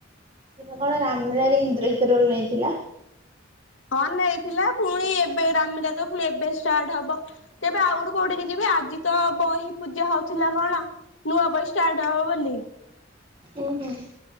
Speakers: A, on the right (about 25°); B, on the left (about 75°).
A: ସେ କଣ ରାମଲୀଳା ଇନ୍ଦ୍ରଜିତ ରୋଲ ନେଇଁଥିଲା।
B: ହଁ ନେଇଥିଲା ପୁଣି ଏବେ ରାମୀଲ ତ ପୁଣି ଏବେ ଷ୍ଟାର୍ଟ ହବ। ତେବେ ଆଉ ଗୋଠୁ କୋଉଠିକି ଯିବେ। ଆଜି ତ ବହି ପୂଜା ହଉଥିଲା କଣ? ନୂଆ ବହି ଷ୍ଟାର୍ଟ ହବ ବୋଲି।
A: ଉଁ ହୁଁ।